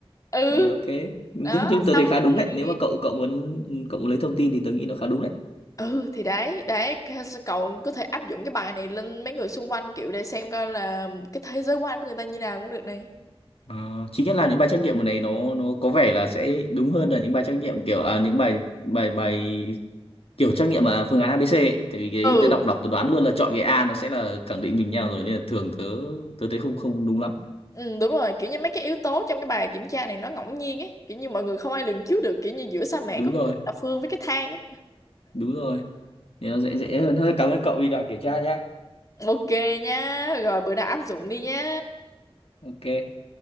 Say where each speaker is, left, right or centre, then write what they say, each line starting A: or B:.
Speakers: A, on the left (about 35°); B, on the left (about 70°).
A: ừ
B: Ờ, ok nói
A: đó
B: chung tớ
A: sau
B: thấy khá đúng
A: này
B: đấy nếu mà cậu cậu muốn cậu muốn lấy thông tin thì tớ nghĩ nó khá đúng đấy
A: ừ thì đấy đấy c- cậu có thể áp dụng cái bài này lên mấy người xung quanh kiểu để xem coi là cái thế giới quan của người ta như nào cũng được này
B: Ờ, chính nhất là những bài trắc nghiệm ở này nó nó có vẻ là sẽ đúng hơn là những bài trắc nghiệm kiểu à, những bài bài bài kiểu trắc nghiệm mà phương án a ABC ấy. Tại vì cái
A: ừ
B: đấy tớ đọc đọc tớ đoán luôn là chọn cái A nó sẽ là khẳng định mình nhau rồi nên là thường tớ tớ thấy không không đúng lắm
A: Ừ, đúng rồi, kiểu như mấy cái yếu tố trong cái bài kiểm tra này nó ngẫu nhiên ấy, kiểu như mọi người không ai lường trước được, kiểu như giữa sa mạc
B: đúng
A: có cái
B: rồi
A: thập phương với cái thang ấy.
B: đúng rồi nên nó dễ dễ hơn hơi cảm ơn cậu vì đoạn kiểm tra nhá
A: Ok nha, rồi bữa nào áp dụng đi nha.
B: ok